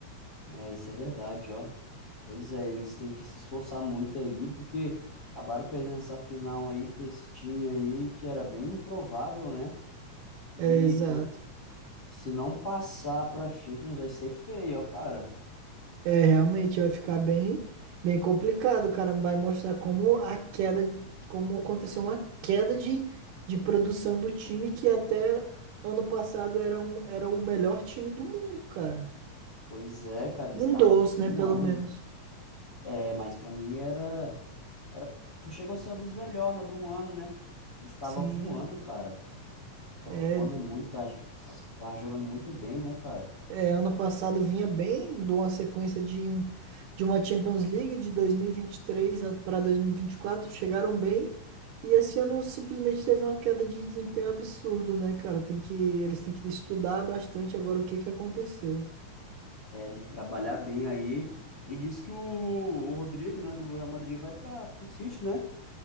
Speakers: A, on the left; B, on the right.
A: É, isso é verdade, ó. Pois é, eles têm que se esforçar muito aí, porque acabaram perdendo essa final aí pra esse time aí, que era bem improvável, né? E
B: É, exato.
A: com Se não passar pra Champions vai ser feio, ó, cara.
B: É, realmente vai ficar bem, bem complicado, cara. Vai mostrar como a queda, de- como aconteceu uma queda de, de produção do time que até ano passado era, um, era o melhor time do mundo, cara.
A: Pois é, cara, ele
B: Um
A: estava
B: dos,
A: voando.
B: né? Pelo menos.
A: É, mas pra mim era, era, foi- chegou a ser um dos melhores, né, do ano, né? Ele estava
B: Sim.
A: voando, cara. Tava
B: É,
A: voando muito, tá, tava jogando muito bem, né, cara?
B: É, ano passado vinha bem, de uma sequência de, um, de uma Champions League de dois mil e e vinte e três para dois mil e e vinte e quatro chegaram bem. E esse ano simplesmente teve uma queda de desempenho absurdo, né, cara? Tem que, eles têm que estudar bastante agora o que que aconteceu.
A: É, tem que trabalhar bem aí. E disse que o, o Rodrigo, né, do Real Madrid vai para pro City, né?